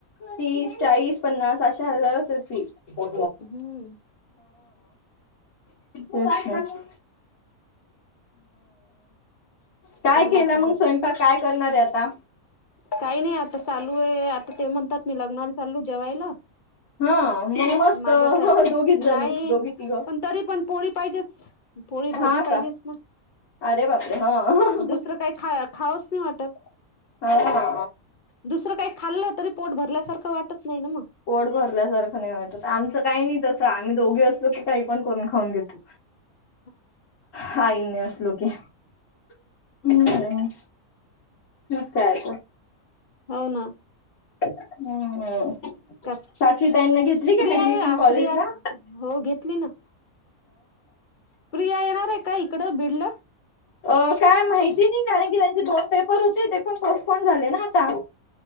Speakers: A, on the left; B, on the left.
A: तीस, चाळीस, पन्नास अशे हजाराच फी हो
B: हम्म
A: हम काय
B: पन्नास
A: केला
B: हजार
A: मग स्वयंपाक काय करणार हे आता
B: काही नाही आता चालू हे आता ते म्हणतात मी लग्नाला चालू जेवायला.
A: हा मग मस्त
B: माझं असं
A: दोघीच जणी
B: नाही
A: दोघी तिघं
B: पण तरी पण पोळी पाहिजेच पोळी भाजी
A: हा
B: पाहिजेच
A: का
B: मग
A: अरे बापरे! हं.
B: दुसरं काही खावा खावच नाही वाटत.
A: हो ना
B: दुसरं काही खाल्लं तरी पोट भरल्यासारखं वाटत नाही ना मग
A: पोट भरल्यासारखं नाही वाटतं आमचं काही नाही तसं आम्ही दोघी असलो की काही पण करून खाऊन घेतो.
B: <unintelligible>
A: हाइ असलोके हम् मग काय.
B: हो ना.
A: हम्म
B: का
A: साक्षी तईंना घेतली काय
B: प्रिया
A: ऍडमिशन
B: आहे
A: कॉलेज
B: प्रिया
A: ला.
B: हो घेतली ना प्रिया येणार आहे का इकड बिडल?
A: अ काय माहिती नाही कारण की त्यांचे दोन पेपर होते ते पण पोस्टपोन झाले ना आता.